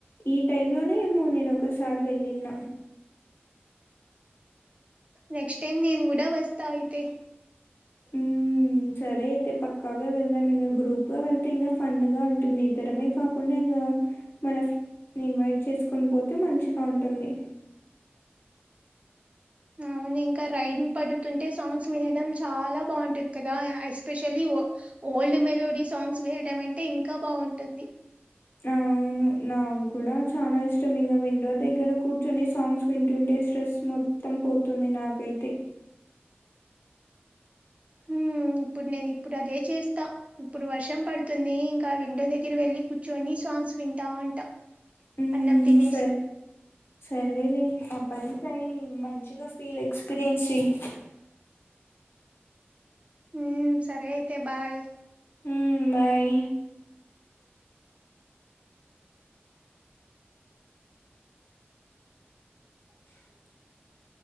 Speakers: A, on the left (about 65°); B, on the right (about 30°).
A: ఈ టైమ్ లోనే ఏమో నేను ఒకసారి వెళ్ళిన
B: నెక్స్ట్ టైమ్ నేను కూడా వస్తా అయితే
A: హ్ సరే అయితే పక్కాగా వెళ్దాం ఇంకా గ్రూప్ గా వెళ్తే ఇంగా ఫన్ గా ఉంటుంది. ఇద్దరమే కాకుండా ఇంగా మన ఫ్రెం ఇన్వైట్ చేసుకొని పోతే మంచిగా ఉంటుంది
B: అవును ఇంకా రైన్ పడుతుంటే సాంగ్స్ వినడం చాలా బాగుంటుంది. కదా ఎస్పెషల్లీ వో ఓల్డ్ మెలోడీ సాంగ్స్ వినడం అంటే ఇంకా బాగుంటుంది
A: అవును నా కూడా చాలా ఇష్టం ఇంకా విండో దగ్గర కూర్చొని సాంగ్స్ వింటుంటే స్ట్రెస్ మొత్తం పోతుంది. నాకైతే
B: ఊ ఇప్పుడు నేను ఇప్పుడు నేను అదే చేస్తా ఇప్పుడు వర్షం పడుతుంది. ఇంకా విండో దగ్గర వెళ్ళి కూర్చుని సాంగ్స్ వింటా ఉంటా
A: ఉమ్
B: అన్నం తినేసి
A: స సరే లే ఆ పని చేయి మంచిగా ఫీల్ ఎక్స్పీరియన్స్ చెయ్యి
B: ఉమ్ సరే అయితే బాయ్
A: ఉమ్ బాయ్ <inaudible>